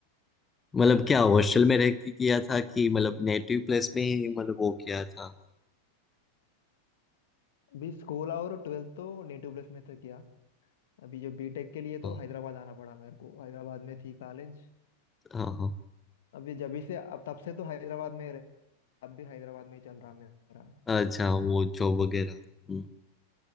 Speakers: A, on the left; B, on the left.
A: मतलब क्या हॉस्टल में रह के किया था कि मतलब नेटिव प्लेस में ही मतलब वो किया था
B: अभी स्कूल और ट्वेल्थ तो नेटिव प्लेस में था किया अभी जो बीटेक के लिए
A: हाँ
B: तो हैदराबाद आना पड़ा मेरे को हैदराबाद में थी कॉलेज
A: हाँ हाँ।
B: अभी जब से अब तब से तो हैदराबाद में रह- अब भी हैदराबाद में ही चल रहा मेरा
A: अच्छा वो जॉब वगैरह हम्म।